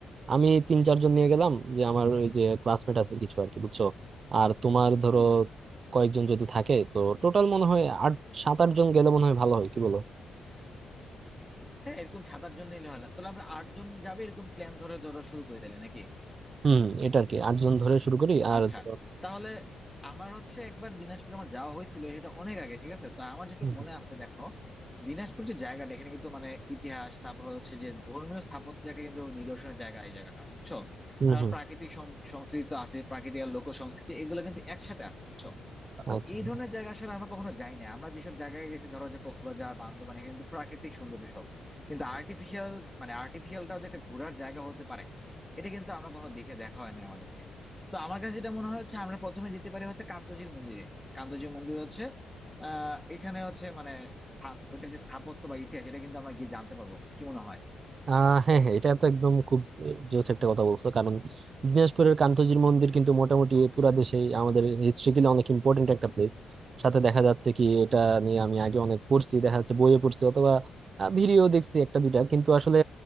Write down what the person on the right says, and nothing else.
আমি তিন চারজন নিয়ে গেলাম যে আমার ওই যে ক্লাসমেট আছে কিছু আর কি বুঝছো আর তোমার ধরো
কয়েকজন যদি থাকে তো টোটাল মনে হয় আট সাত আট জন গেলে মনে হয় ভালো হয় কি বলো
হুম এটা আর কি আটজন ধরে শুরু করি আর
ধরো-
হুম
হুম
হুম, হুম,
আচ্ছা
আহ হ্যাঁ হ্যাঁ এটা তো একদম খুব জোস একটা কথা বলছো কারণ দিনাজপুরের কান্তজির মন্দির কিন্তু মোটামুটি পুরা দেশে আমাদের হিস্ট্রিক্যালি অনেক ইম্পর্টেন্ট একটা প্লেস সাথে দেখা যাচ্ছে কি এটা নিয়ে আমি আগে অনেক পড়ছি দেখা যাচ্ছে বইয়ে পড়ছি অথবা ভিডিও দেখছি একটা দুইটা কিন্তু আসলে